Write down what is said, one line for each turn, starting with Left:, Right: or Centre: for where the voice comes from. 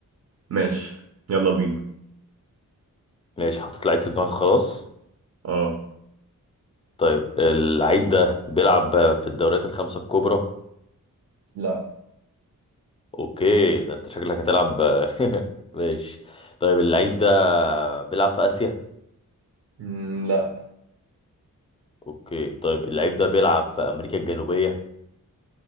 Right: ماشي يلا بينا
Left: ماشي حطيت لعيب في دماغك خلاص
Right: اه
Left: طيب اللعيب ده بيلعب في الدوريات الخمسة الكبرى
Right: لا
Left: اوكي ده انت شكلك هتلعب <laughs> ماشي طيب اللعيب ده بيلعب في آسيا
Right: مم، لا
Left: اوكي طيب اللعيب ده بيلعب في امريكا الجنوبية